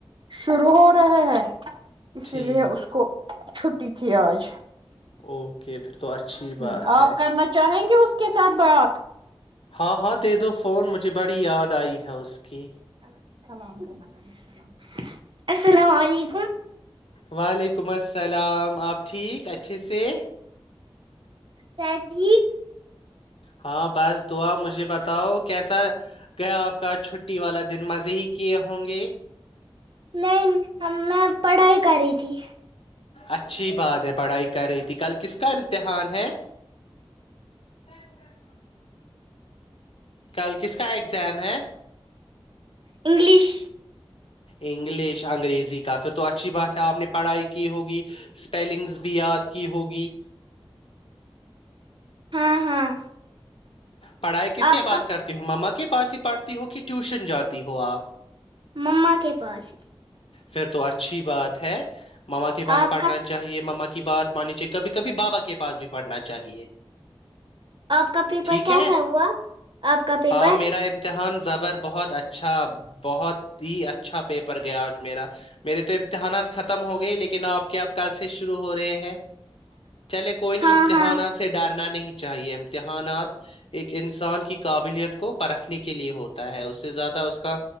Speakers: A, on the right; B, on the left.
A: شروع ہو ہ ہاں ہ <inaudible> اسی
B: ٹھیک
A: لیے اس کو چھٹی تھی آج
B: اوکے پھر تو اچھی بات
A: ہ
B: ہے
A: آپ کرنا چاہیں گے اس کے ساتھ بڑات
B: ہاں ہاں دے دو فون مجھے بڑی یاد آئی ہے اس کی
A: الل السلام علیکم
B: وعلیکم السلام آپ ٹھیک اچھے سے
A: کیا ٹھیک
B: ہاں بس دعا مجھے بتاؤ کیسا گیا آپ کا چھٹی والا دن مزے ہی کیے ہوں گے
A: نہیں میں پڑھائی کر رہی تھی
B: اچھی بات ہے پڑھائی کر رہی تھی کل کس کا امتحان ہے <inaudible> کل کس کا اگزام ہے
A: انگلیش
B: انگلش انگریزی کافھر تو اچھی بات ہے آپ نے پڑھائی کی ہوگی اسپیلنگز بھی یاد کی ہوگی
A: ہاں ہاں
B: پڑھائی کس
A: آپ
B: کے
A: کا
B: پاس کرتی ہوں ما کی پاس ہی پڑتی ہو کہ ٹیوشن جاتی ہو آپ
A: مما کے پاس ہی
B: پھر تو اچھی بات ہے مما کے پاس
A: آپ
B: پڑھنا
A: کا
B: چاہیے مما کی بات مانی چاہے کبھی کبھیابا کے پس بھی پڑھنا چاہیے
A: آپ کا پیپر
B: ٹھیک
A: کیسا
B: ہے
A: ہوا آپ کا پیپر
B: ہاں میرا امتحان زبر بہت اچھا بہت ہی اچھا پیپر گیا میرا میرے تو امتحانات ختم ہو گئے لیکن آپ کیا آپ کل سے شروع ہو رہے ہیں چلے کوئی نہیں
A: ہاں
B: امتحانات
A: ہاں
B: سے ڈال نہیں چاہیے امتحانات ایک انسان کی قابلیت کو پرکھنے کے لیے ہوتا ہے اس سے زیادہ اس کا